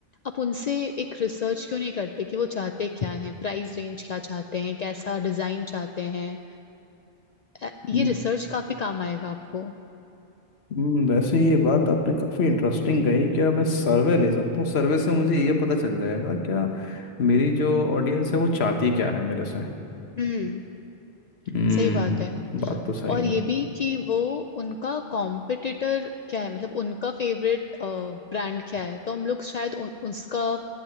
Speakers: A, on the left (about 55°); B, on the left (about 75°).
A: आप उनसे एक रिसर्च क्यों नहीं करते कि वो चाहते क्या हैं प्राइस रेंज क्या चाहते हैं कैसा डिजाइन चाहते हैं अ, ये
B: हम्म,
A: रिसर्च काफी काम आएगा आपको
B: हम्म, वैसे ये बात आपने काफ़ी इंटरेस्टिंग कही क्या मैं सर्वे ले सकता हूँ सर्वे से मुझे ये पता चल जाएगा क्या मेरी जो ऑडियंस है वो चाहती क्या है मेरे से
A: हम्म
B: हम्म
A: सही बात है
B: बात तो सही
A: और
B: है
A: ये भी कि वो उनका कॉम्पिटिटर क्या है मतलब उनका फेवरेट ब्रांड क्या है तो हम लोग शायद उ, उसका